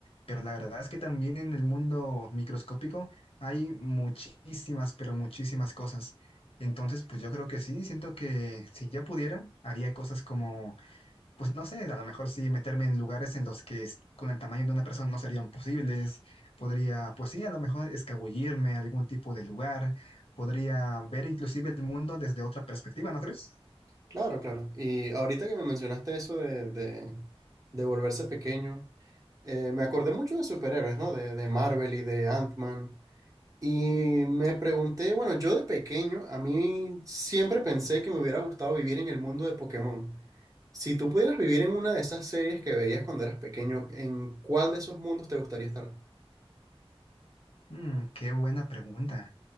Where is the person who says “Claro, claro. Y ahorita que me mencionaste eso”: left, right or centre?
Right